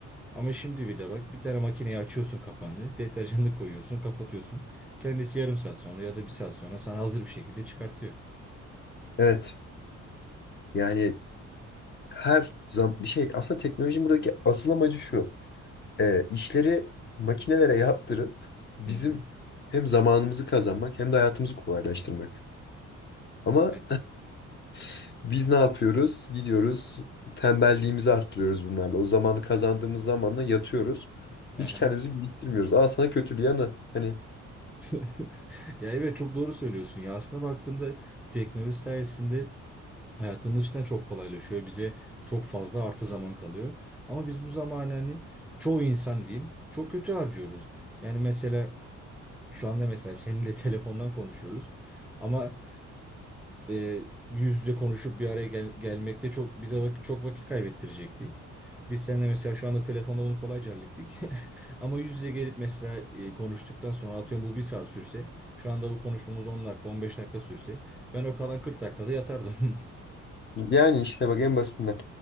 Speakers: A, in the centre; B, on the left.
A: Ama şimdi bir de bak bir tane makineyi açıyorsun kapağını, deterjanını koyuyorsun, kapatıyorsun. Kendisi yarım saat sonra ya da bir saat sonra sana hazır bir şekilde çıkartıyor.
B: Evet. Yani her zaman bir şey aslında teknolojinin buradaki asıl amacı şu. Ee, işleri makinelere yaptırıp bizim
A: Hı hı.
B: hem zamanımızı kazanmak hem de hayatımızı kolaylaştırmak. Ama
A: Yani-
B: <laughs> biz ne yapıyoruz? Gidiyoruz tembelliğimizi arttırıyoruz bunlarla. O zamanı kazandığımız zamanla yatıyoruz.
A: Aha.
B: Hiç kendimizi geliştirmiyoruz. Aa sana kötü bir yanı. Hani
A: <laughs> Ya evet çok doğru söylüyorsun ya. Aslında baktığımda teknoloji sayesinde hayatımız içinden çok kolaylaşıyor. Bize çok fazla artı zaman kalıyor. Ama biz bu zamanı hani çoğu insan diyeyim çok kötü harcıyoruz. Yani mesela şu anda mesela seninle <laughs> telefondan konuşuyoruz. Ama e, yüz yüze konuşup bir araya gel gelmekte çok bize vak- çok vakit kaybettirecekti. Biz seninle mesela şu anda telefonda bunu kolayca hallettik. <laughs> Ama yüz yüze gelip mesela e, konuştuktan sonra atıyorum bu bir saat sürse, şu anda bu konuşmamız 10 dakika 15 dakika sürse ben o kalan 40 dakikada yatardım. <laughs>
B: <laughs> yani işte bak en basitinden.